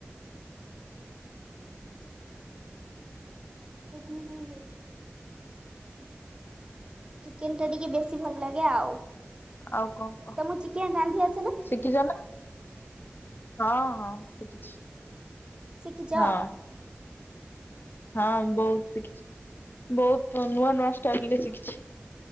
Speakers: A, on the right (about 25°); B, on the left (about 55°).
A: <inaudible> ଚିକେନ୍ ଟା ଟିକେ ବେଶୀ ଭଲ ଲାଗେ ଆଉ।
B: ଆଉ କଣ କହ
A: ତମକୁ ଚିକେନ ରାନ୍ଧି ଆସେନା।
B: ଶିଖିଛ ନା? ହଁ ହଁ, ଶିଖିଚି।
A: ଶିଖିଛ
B: ହଁ ହଁ ବୋହୁତ ଶିଖିଛି। ବହୁତ ନୂଆ ନୂଆ ଷ୍ଟାଇଲରେ ଶିଖି।